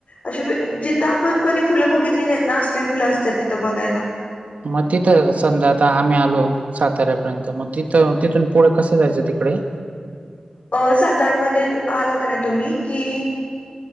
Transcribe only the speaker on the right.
मग तिथं समजा आता आम्ही आलो साताऱ्यापर्यंत. मग तिथ तो तिथून पुढे कसं जायचं तिकडे?